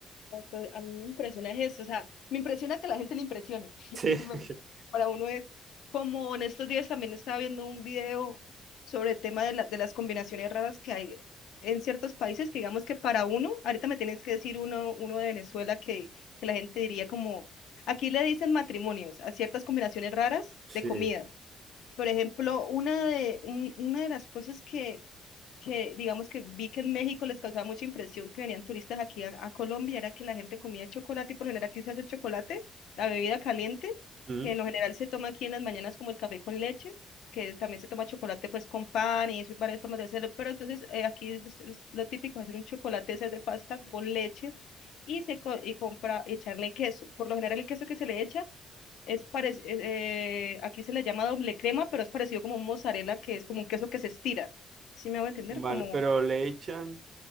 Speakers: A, on the left (about 80°); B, on the right (about 50°).
A: Entonces, A mí me impresiona es eso, o sea, me impresiona que a la gente le impresione. <laughs>
B: Sí.
A: Sí, me-
B: <laughs>
A: Para uno es como en estos días también estaba viendo un video sobre el tema de, la- de las combinaciones raras que hay en ciertos países, que digamos que para uno, ahorita me tienes que decir uno, uno de Venezuela que, que la gente diría como, aquí le dicen matrimonios a ciertas combinaciones raras
B: Sí.
A: de comida. Por ejemplo, una de, un- una de las cosas que que digamos que vi que en México les causaba mucha impresión que venían turistas aquí a, a Colombia, era que la gente comía chocolate y por lo general aquí se hace el chocolate, la bebida caliente,
B: Mm.
A: que en lo general se toma aquí en las mañanas como el café con leche, que también se toma chocolate pues con pan y eso hay varias formas de hacerlo, pero entonces eh, aquí es- es lo típico es hacer un chocolate ese de pasta con leche y se co- y compra echarle queso. Por lo general el queso que se le echa es parec- eh, eh, aquí se le llama doble crema, pero es parecido como un mozzarella que es como un queso que se estira. ¿Sí me hago entender?
B: Vale,
A: Como
B: pero le echan